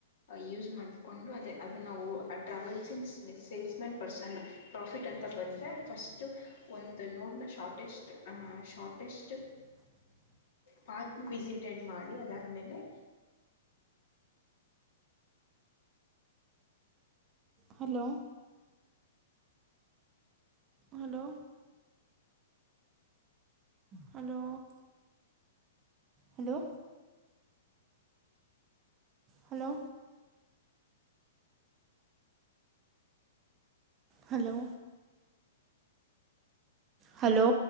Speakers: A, on the left; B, on the right.
A: ಯೂಸ್ ಮಾಡ್ಕೊಂಡು ಅದೇ ಅದನ್ನ ನಾವು ಟ್ರಾವೆಲ್ಸಿಂಗ್ ಸೇಲ್ಸ್ಮ್ಯಾನ್ ಪರ್ಸನ್ ಪ್ರಾಫಿಟ್ ಅಂತ ಬಂದರೆ ಫಸ್ಟು ಒಂದು ನೋಡನ ಶಾರ್ಟೆಸ್ ಶಾರ್ಟೆಷ್ಟ್
B: <inaudible>
A: ಪಾಕ್ನ ವಿಸಿಟೆಡ್ ಮಾಡಿ ಅದಾದ್ಮೇಲೆ
B: hello hello hello hello hello hello hello